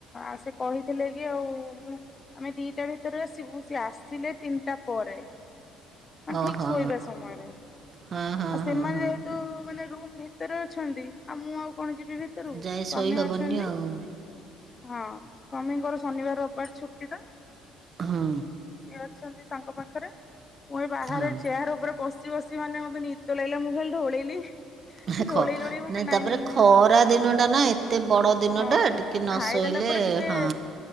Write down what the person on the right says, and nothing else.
ଓହୋ
ହଁ ହଁ
ହଁ ହଁ
ଯାଇ
ଶୋଇ ହବନି
ଆଉ
ହଁ ହଁ
ହଁ
ନାଇଁ
ତାପରେ
ଖରା ଦିନ ଟା ନା ଏତେ ବଡ ଦିନ
ଟା
ନ
ଶୋଇଲେ
ହଁ